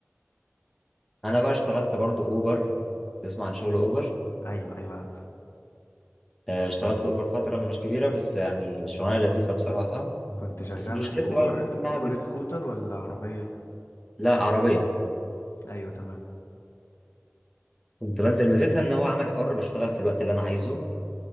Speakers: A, in the centre; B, on the left.
A: أنا بقى اشتغلت برضه أوبر تسمع عن شغل أوبر؟
B: ايوه ايوه عارفه
A: آه، اشتغلت أوبر فترة مش كبيرة بس يعني شغلانة لذيذة بصراحة
B: كنت شغال
A: بس مشكلتها
B: في اوبر
A: بقى إنها
B: اوبر
A: بت...
B: سكوتر ولا عربية
A: لا عربية
B: ايوه تمام
A: كنت بنزل ميزتها إن هو عمل حر بشتغل في الوقت اللي أنا عايزه